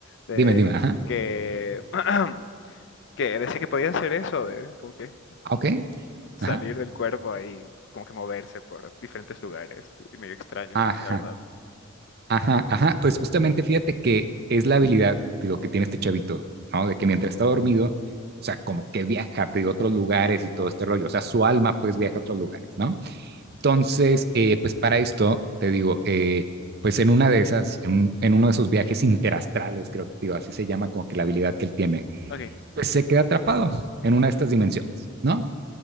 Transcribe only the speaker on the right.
Dime, dime. Ajá.
Ah, Ok.
Ajá.
Ajá.
Ajá. Ajá. Pues justamente fíjate que es la habilidad, digo, que tiene este chavito, ¿no? De que mientras está dormido, o sea, como que viaja te digo, a otros lugares y todo este rollo. O sea, su alma pues viaja a otros lugares, ¿no? Entonces, eh, pues para esto, te digo, eh, pues en una de esas, en, un- en uno de esos viajes interastrales, creo que, digo, así se llama como que la habilidad que él tiene,
pues se queda atrapado en una de estas dimensiones, ¿no?